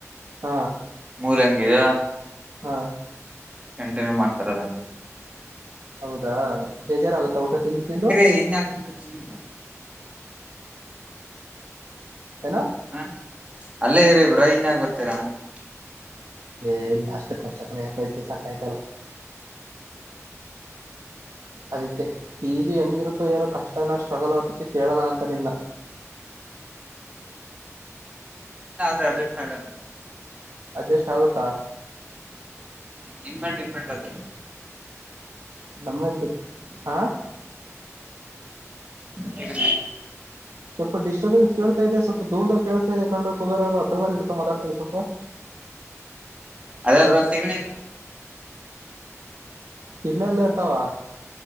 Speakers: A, on the right; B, on the right.
A: ಹಾ
B: ಮೂರ ಹಂಗಿದ
A: ಹಾ
B: ಕಂಟಿನ್ಯೂ ಮಾಡ್ತಾರ ಅದನ್ನ
A: ಹೌದಾ ಬೇಜಾರಾಗುತ್ತಾ ಊಟ ತಿಂದು ತಿಂದು
B: ಏನ್ಯ ಆ <unintelligible> ಕವನ್ <unintelligible>
A: ನಾ <unintelligible>
B: ಹಾ ಅಲ್ಲೇ ಇರಿ ಬ್ರ ಇನ್ ಆಗ ಬರ್ತೀರಾ <unintelligible>
A: ಏ ಇಲ್ಲ ಅಷ್ಟು ಖರ್ಚಕಣ ಯಾಕ ಇಲಿ ಸಟ್ ಆಯ್ತಲ್ಲ ಅದಕ್ಕೆ ಪಿ ಜಿ ಹೆಂಗಿರುತ್ತೋ ಏನೋ ಕಷ್ಟನ ಸ್ಟ್ರಗಲ್ ಆದಕ್ಕೆ ಕೇಳೋಣ ಅಂತ ನಿನ್ನ
B: ಇಲ್ಲ ಆದ್ರೆ ಅದಷ್ಟಗ
A: ಅಡ್ಜಸ್ಟ್ ಆಗುತ್ತಾ
B: ನಿದ ಡಿಫ್ರೆಂಟ್ ಅದ
A: ನಮ್ಮಟ ಹಾ
B: ಹೆಗಲ್ಲ
A: ಸ್ವಲ್ಪ ಡ್ಟರ ನ್ಸ್ಳ್ತಾ ಇ ಸ್ವಲ್ಪ ದೂರಾಗ ಕೇಳ್ತಾದೆ ಕ್ರೆ ಕುಬೇಾರ ಅವ ಹತ್ರದಲ್ಲಿ ಇಡ್ಕೋತಾರೆ ಸ್ವಲ್ಪ
B: ಅದೇ ಬ್ರ ತೆಗಣಿ
A: ತಿಗ್ನೆ ಎಲ್ಲ ಇರ್ತಾವ